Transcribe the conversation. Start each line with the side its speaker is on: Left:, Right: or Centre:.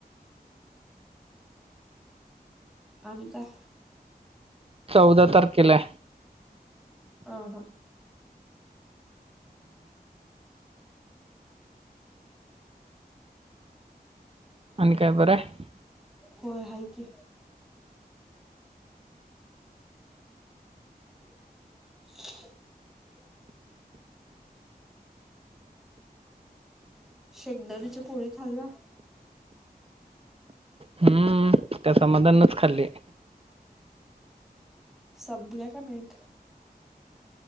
Centre: आणि काय
Right: चौदा तारखेला
Centre: ह हा
Right: आणि काय बरं आहे
Centre: होय आहेा की <inaudible> शेगदाारीची पोळी खाल्या
Right: हम्म त्या समाधानच खाल्ली
Centre: सपवूया काय नाहीत